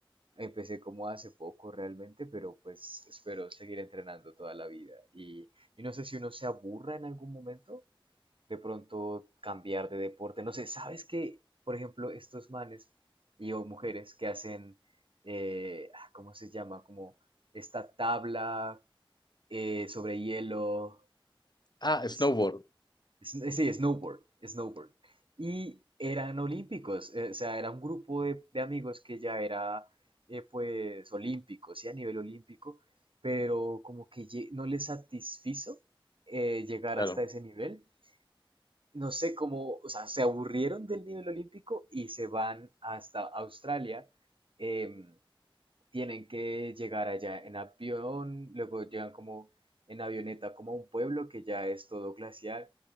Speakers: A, on the right (about 75°); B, on the left (about 50°).
A: empecé como hace poco realmente, pero pues espero seguir entrenando toda la vida. Y, y no sé si uno se aburra en algún momento de pronto cambiar de deporte. No sé, ¿sabes que, Por ejemplo, estos manes y o mujeres que hacen, eh, ah, ¿cómo se llama? Como esta tabla eh, sobre hielo,
B: Ah, snowboard,
A: esquí, es- sí, snowboard, snowboard. Y eran olímpicos, eh, o sea, era un grupo de, de amigos que ya era, eh, pues, olímpicos, sí, a nivel olímpico, pero como que lle- no les satisfizo eh, llegar
B: claro.
A: hasta ese nivel no sé cómo, o sea, se aburrieron del nivel olímpico y se van hasta Australia. em, tienen que llegar allá en avión, luego llegan como en avioneta como a un pueblo que ya es todo glaciar